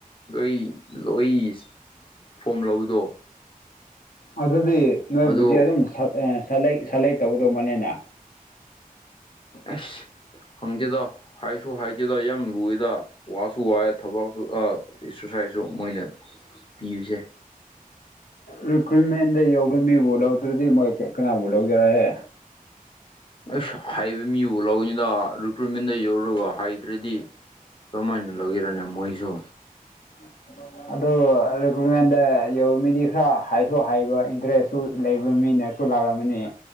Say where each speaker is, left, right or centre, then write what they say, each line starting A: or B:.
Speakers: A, on the left; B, on the left.
A: ꯂꯣꯏ ꯂꯣꯏꯁ ꯐꯣꯝ ꯂꯧꯕꯗꯣ
B: ꯑꯗꯨꯗꯤ ꯅꯣꯏꯕꯨꯗꯤ
A: ꯑꯗꯨ
B: ꯑꯗꯨꯝ ꯁꯥꯔ ꯑꯦ ꯁꯥꯔꯂꯩ ꯁꯔꯂꯦꯛ ꯇꯧꯒꯗꯧꯕ ꯃꯥꯟꯅꯦꯅꯦ
A: ꯑꯁ ꯈꯪꯗꯦꯗ ꯍꯥꯏꯁꯨ ꯍꯥꯏꯗꯦꯗ ꯌꯥꯝ ꯂꯨꯌꯦꯗ ꯋꯥꯁꯨ ꯋꯥꯏ ꯊꯕꯛꯁꯨ ꯑ ꯑꯦꯛꯁꯔꯁꯥꯏꯖꯁꯨ ꯃꯣꯏꯅ ꯄꯤꯔꯤꯁꯦ
B: ꯔꯤꯀ꯭ꯔꯨꯏꯠꯃꯦꯟꯗ ꯌꯧꯕ ꯃꯤꯕꯨ ꯂꯧꯗ꯭ꯔꯗꯤ ꯃꯣꯏ ꯀꯅꯥꯕꯨ ꯂꯧꯒꯦꯔꯍꯦ
A: ꯑꯁ ꯑꯍꯩꯕ ꯃꯤꯕꯨ ꯂꯧꯅꯤꯗ ꯔꯤꯀ꯭ꯔꯨꯏꯠꯃꯦꯟꯗ ꯌꯧꯔꯒ ꯍꯥꯏꯇ꯭ꯔꯗꯤ ꯀ꯭ꯔꯝ ꯃꯥꯏꯅ ꯂꯧꯒꯦꯔꯅꯦ ꯃꯣꯏꯁꯨ
B: <inaudible> ꯑꯗꯨ ꯔꯤꯀꯨꯢꯃꯦꯟꯗ ꯌꯧꯕ ꯃꯤꯗꯤ ꯈꯔ ꯍꯥꯏꯁꯨ ꯍꯥꯏꯕ ꯏꯟꯇꯔꯦꯁꯁꯨ ꯂꯩꯕ ꯃꯤꯅ ꯁꯨ ꯂꯥꯛꯑꯝꯃꯅꯤ